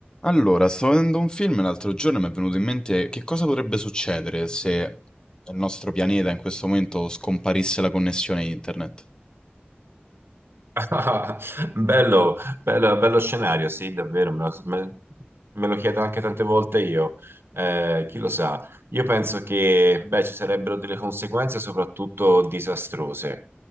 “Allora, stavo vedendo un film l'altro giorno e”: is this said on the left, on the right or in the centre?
Left